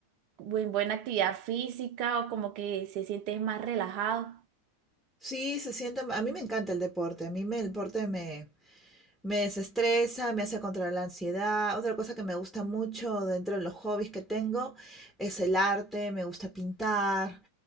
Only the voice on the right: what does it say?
en buena actividad física o como que se sientes más relajado.